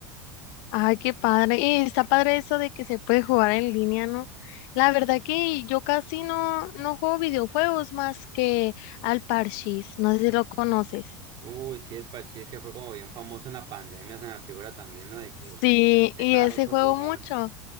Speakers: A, on the left; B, on the right.
A: Ay, qué padre. Y está padre eso de que se puede jugar en línea, ¿no? La verdad que yo casi no, no juego videojuegos más que al Parchís, no sé si lo conoces.
B: Uy, sí, el Pachir que fue como bien famoso en la pandemia, se me figura también, ¿no? De que
A: Sí,
B: como que
A: y
B: cada
A: ese
B: rato
A: juego
B: jugaban.
A: mucho,